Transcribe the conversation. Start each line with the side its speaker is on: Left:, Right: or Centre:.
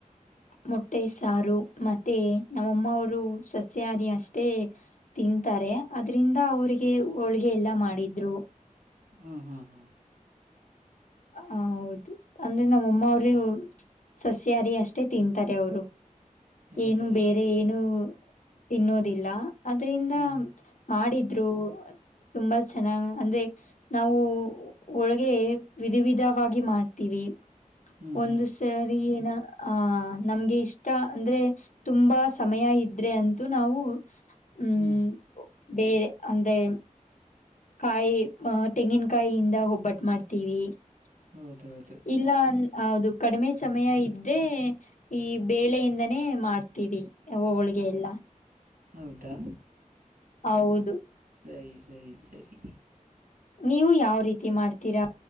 Left: ಮೊಟ್ಟೆ ಸಾರು ಮತ್ತೆ ನಮ್ಮಮ್ಮವರು ಸಸ್ಯಹಾರಿ ಅಷ್ಟೇ ತಿಂತಾರೆ ಅದ್ರಿಂದ ಅವ್ರಿಗೆ ಹೋಳ್ಗೆ ಎಲ್ಲಾ ಮಾಡಿದ್ರು.
Right: ಹಾ ಹಾ ಹಾ
Left: ಹ ಹೌದು ಅಂದ್ರೆ ನಮ್ಮಮ್ಮ ಅವ್ರೇ ಸಸ್ಯಹಾರಿ ಅಷ್ಟೇ ತಿಂತಾರೆ ಅವರು
Right: ಹೌದಾ
Left: ಏನು ಬೇರೆ ಏನು ತಿನ್ನೋದಿಲ್ಲ.. ಅದ್ರಿಂದ
Right: ಹಾ
Left: ಹಾಡಿದ್ರು ತುಂಬಾ ಚೆನ್ನಾಗಿ ಅಂದ್ರೆ ನಾವು ಒಳಗೆ ವಿಧ ವಿಧವಾಗಿ ಮಾಡ್ತೀವಿ <inaudible>
Right: ಹಾ
Left: ಒಂದು
Right: ಹಾ
Left: ಸು ಸರಿ ನಾ ಆ ನಮ್ಗೆ ಇಷ್ಟ ಅಂದ್ರೆ. ತುಂಬಾ ಸಮಯ ಇದ್ರೆ ಅಂತೂ ನಾವು ಹ್ಮ್
Right: ಹಾ
Left: ಬೇರೆ ಅಂದೇ ಕಾಯಿ ಅ ಟೆಂಗಿನಕಾಯಿಯಿಂದ ಒಬ್ಬಟ್ಟ ಮಾಡ್ತೀವಿ.
Right: ಹೌದೌದು
Left: <inaudible> ಇಲ್ಲ ಹೌದು ಕಡಿಮೆ ಸಮಯ ಇದ್ದೆ ಈ ಬೇಳೆಯಿಂದನೇ ಮಾಡ್ತ ಅವ ಹೋಳಿಗೆ
Right: ಹ
Left: ಎಲ್ಲ
Right: ಹೌದಾ
Left: ಹೌದು
Right: ಸರಿ ಸರಿ ಸರಿ
Left: ನೀವು ಯಾವ ರೀತಿ ಮಾಡ್ತೀರಾ